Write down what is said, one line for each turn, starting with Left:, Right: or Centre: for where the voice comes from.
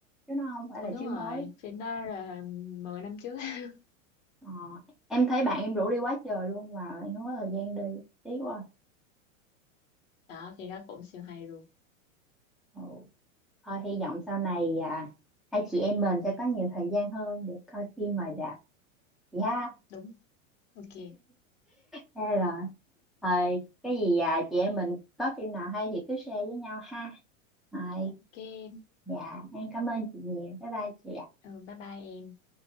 Centre: chứ nó không phải là
Left: không đúng
Centre: chiếu
Left: rồi
Centre: mới
Left: phim đó là 10 năm trước <laughs>
Centre: ờ, em thấy bạn em rủ đi quá trời luôn mà em không có thời gian đi tiếc quá
Left: đó phim đó cũng siêu hay luôn
Centre: Ừ. Thôi hy vọng sau này à, hai chị em mình sẽ có nhiều thời gian hơn để coi phim ngoài rạp chị ha.
Left: đúng ok
Centre: Thế rồi. Thôi cái gì à, chị em mình có phim nào hay thì cứ share với nhau ha. Rồi,
Left: ok
Centre: dạ em cảm ơn chị nhiều. Bye bye chị ạ.
Left: ừ, bye bye em